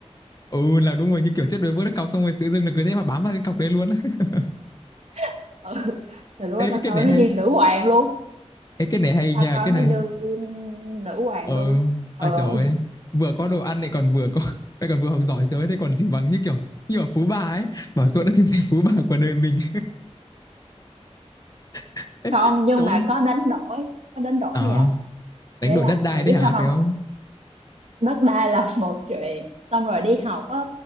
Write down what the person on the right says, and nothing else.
<laughs> ừ từ lúc
đó tao
coi
nó
như nữ hoàng luôn
tao
coi
nó
như nữ hoàng
luôn
ừ
<laughs> không nhưng
mà
có đánh đổi có đánh đổi
bây giờ
nghĩa
là
mày biết
sao không
đất đai là <laughs> một chuyện xong rồi đi học á